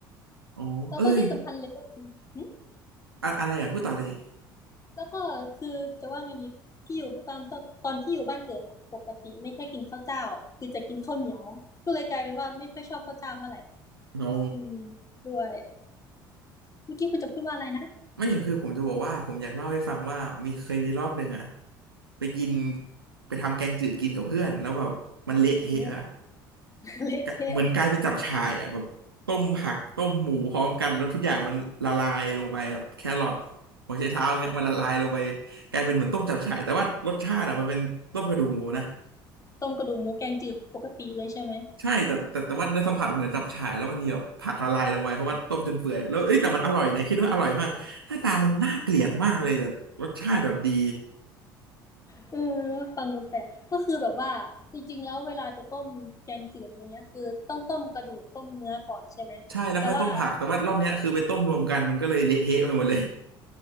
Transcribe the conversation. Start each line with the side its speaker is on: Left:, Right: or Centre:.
Right: อ๋อเอ้ย
Left: แล้วก็ที่สำคัญเลยก็คือหึ
Right: อะอะไรอ่ะพูดต่อเลย
Left: แล้วก็คือจะว่าไงดีที่อยู่ตอนตอนตอนที่อยู่บ้านเกิดอะปกติไม่ค่อยกินข้าวเจ้าคือจะกินข้าวเหนียวก็เลยกลายเป็นว่าไม่ค่อยชอบข้าวเจ้าเท่าไหร่
Right: อ๋อ
Left: อืมด้วยเมื่อกี้คุณจะพูดว่าอะไรนะ
Right: ไม่คือผมจะบอกว่าผมอยากเล่าให้ฟังว่ามีเคยมีรอบหนึ่งอ่ะไปกินไปทำแกงจืดกินกับเพื่อนแล้วแบบมันเละเทะอ่ะ
Left: อ่า <laughs> เละเทะ
Right: กะเหมือนกลายเป็นจับฉ่ายอ่ะแบบต้มผักต้มหมูพร้อมกันแล้วทุกอย่างมันละลายลงไปอะแครอทหัวไชเท้าอย่างเงี้ยมันละลายลงไปกลายเป็นเหมือนต้มจับฉ่ายแต่ว่ารสชาติอ่ะมันเป็นต้มกระดูกหมูนะ
Left: ต้มกระดูกหมูแกงจืดปกติเลยใช่ไหม
Right: ใช่แต่แต่แต่ว่าเนื้อสัมผัสมันเหมือนจับฉ่ายแล้วมันมีแบบผักละลายลงไปเพราะว่าต้มจนเปื่อยแล้วเอ้ยแต่มันอร่อยนะคิดว่าอร่อยมากหน้าตามันน่าเกลียดมากเลยแต่รสชาติแบบดี
Left: เออฟังดูแปลกก็คือแบบว่าจริงๆแล้วเวลาจะต้มแกงจืดอะไรเงี้ยคือต้องต้มกระดูกต้มเนื้อก่อนใช่ไหมแต่ว่า
Right: ใช่แล้วค่อยต้มผักแต่ว่ารอบเนี้ยคือไปต้มรวมกันมันก็เลยเละเทะไปหมดเลย